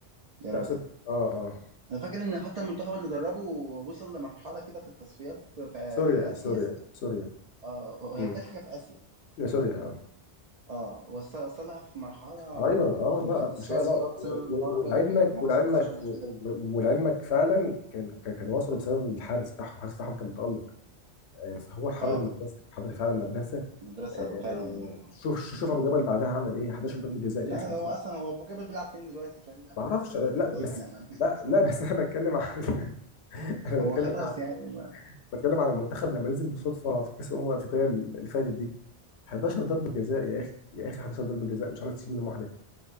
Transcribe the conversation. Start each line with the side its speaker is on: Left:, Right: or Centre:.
Right: يا
Left: لا
Right: راجل
Left: سوريا اه اه
Right: انا فاكر ان حتى المنتخب اللي دربه وصل لمرحله كده في التصفيات في,
Left: سوريا
Right: في اسيا
Left: سوريا سوريا
Right: اه هي
Left: امم
Right: كانت حاجه في اسيا
Left: يا سوريا اه
Right: اه وص- وصلها في مرحله
Left: ايوه اه
Right: في,
Left: لا لا،
Right: في التصفيات
Left: ما شاء الله و-
Right: اه بسبب الحوار
Left: و-
Right: ده
Left: ولعلمك
Right: ما
Left: ولعلمك
Right: وصلتهاش قبل
Left: و-
Right: كده يعني
Left: و- ولعلمك فعلا كان كان كان وصلوا بسبب الحارس بتاعهم الحارس بتاعهم كان متالق آه، فهو الحضري
Right: اه
Left: مدرسه الحضري فعلا مدرسه
Right: مدرسه
Left: آه،
Right: بقى فعلا والله اه
Left: شوف شوف ابو جبل بعدها عمل ايه 11 ضربه جزاء
Right: لا
Left: يا اخي
Right: ده هو اصلا هو ابو جبل بيلعب فين دلوقتي تلاقيه بيلعب
Left: ما اعرفش
Right: في في,
Left: أنا- لا
Right: في وسنا
Left: بس
Right: يعني
Left: لا
Right: <laughs>
Left: لا <laughs> بس انا بتكلم عن <laughs> انا
Right: هو
Left: بتكلم
Right: خلاص
Left: عن
Right: يعني ما,
Left: بتكلم على المنتخب لما نزل بالصدفه في كاس الامم الافريقيه اللي فاتت دي 11 ضربه جزاء يا اخي يا اخي 11 ضربه جزاء مش عارف تشيل منهم واحده